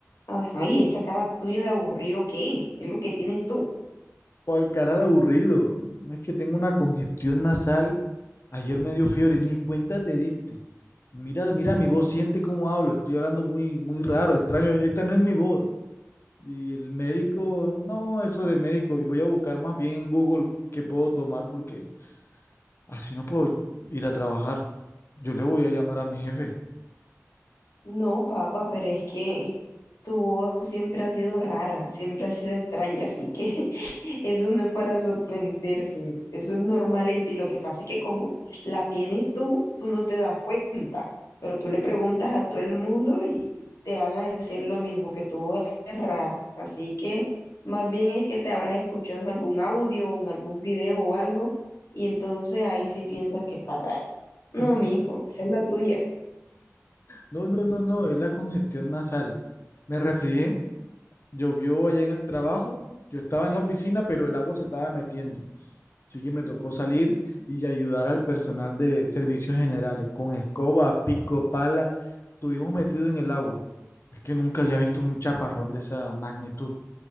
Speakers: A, on the left (about 80°); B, on the left (about 50°).
A: Ajá, y esa cara tuya de aburrido, ¿qué? ¿Qué es lo que tienes tú?
B: Por el cara de aburrido. No es que tengo una congestión nasal. Ayer me dio fiebre, ni cuenta te diste. Mira, mira mi voz, siente cómo hablo. Estoy hablando muy, muy raro, extraño. Esta no es mi voz. Y el médico, no, eso de médico. Voy a buscar más bien en Google qué puedo tomar porque así no puedo ir a trabajar. Yo le voy a llamar a mi jefe.
A: No, papá, pero es que tu voz siempre ha sido rara, siempre ha sido extraña, así que <laughs> eso no es para sorprenderse, eso es normal en ti. Lo que pasa es que como la tienes tú, tú no te das cuenta, pero tú le preguntas a todo el mundo y te van a decir lo mismo, que tu voz es rara. Así que más bien es que te habrás escuchado en algún audio, o en algún video o algo, y entonces ahí sí piensas que está rara. No,
B: Mm,
A: mijo, esa es la tuya.
B: No, no, no, no, es la congestión nasal. Me resfrié, llovió allá en el trabajo. Yo estaba en la oficina, pero el agua se estaba metiendo. Así que me tocó salir y ayudar al personal de servicios generales con escoba, pico, pala. Estuvimos metidos en el agua. Es que nunca había visto un chaparrón de esa magnitud.